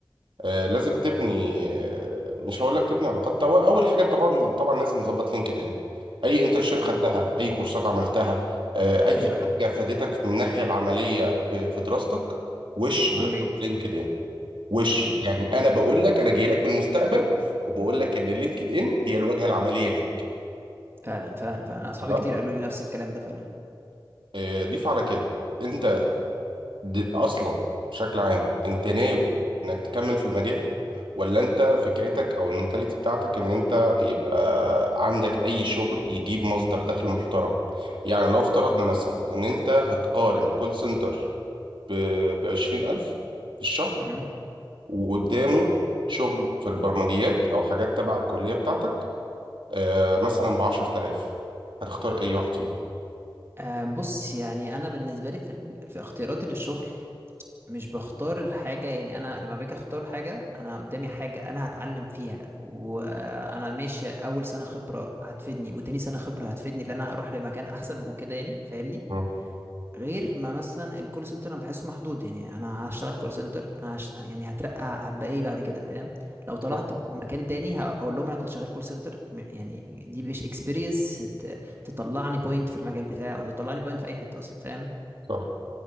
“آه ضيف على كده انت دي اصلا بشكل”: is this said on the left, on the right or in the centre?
Right